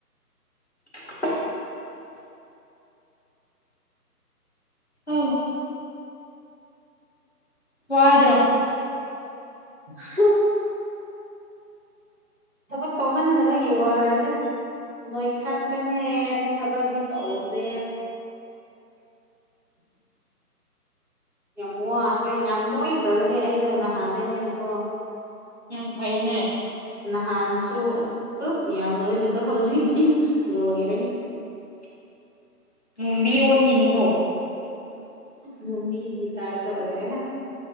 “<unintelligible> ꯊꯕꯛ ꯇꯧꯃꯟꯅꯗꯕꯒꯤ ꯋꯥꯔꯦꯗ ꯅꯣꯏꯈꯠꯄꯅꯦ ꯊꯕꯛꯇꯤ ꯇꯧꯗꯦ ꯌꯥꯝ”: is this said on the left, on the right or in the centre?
Right